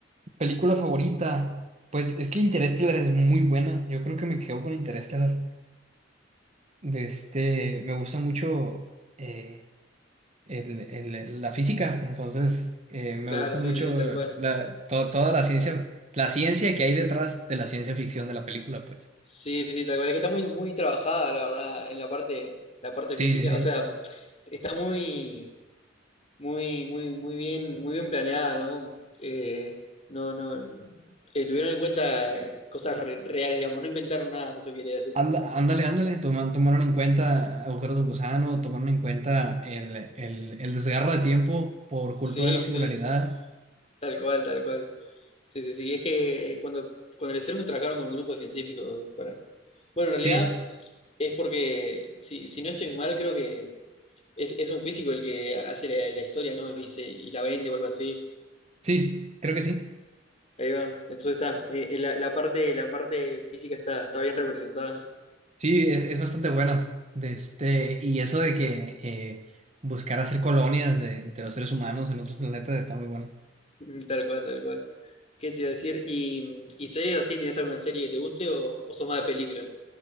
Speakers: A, on the right; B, on the left.
A: ¿Película favorita? Pues es que Interestelar es muy buena. Yo creo que me quedo con Interestelar. de este, me gusta mucho eh, el- el- el- la física, entonces eh, me
B: Claro,
A: gusta
B: sí,
A: mucho
B: sí, sí, tal cual.
A: la, to- toda la ciencia, la ciencia que hay detrás de la ciencia ficción de la película, pues.
B: Sí, sí, sí, tal cual. Es que está muy, muy trabajada, la verdad, en la parte, la parte
A: Sí,
B: física.
A: sí, sí.
B: O sea, está muy, muy, muy, muy bien, muy bien planeada, ¿no? Eh, no, no. eh, tuvieron en cuenta eh, cosas re- reales, digamos, no inventaron nada, eso quería decir.
A: Anda- ándale, ándale, toma- tomaron en cuenta agujeros de gusano, tomaron en cuenta el, el, el desgarro de tiempo por culpa
B: Sí,
A: de la singularidad.
B: sí, tal cual, tal cual. Sí, sí, sí. Es que eh, cuando, cuando lo hicieron, trabajaron con un grupo de científicos para. Bueno, en realidad
A: Sí,
B: es porque, si, si no estoy mal, creo que. Es, es un físico el que hace la, la historia, ¿no? Y, se- y la vende o algo así.
A: sí, creo que sí.
B: Ahí va. Entonces está. eh, eh, la, la parte, la parte física está, está bien representada.
A: Sí, es, es bastante buena. De este, y eso de que eh, buscar hacer colonias de, de los seres humanos en otros planetas está muy bueno.
B: <laughs> Tal cual, tal cual. ¿Qué te iba a decir? ¿Y, y series así? ¿Tienes alguna serie que te guste o, o sos más de película?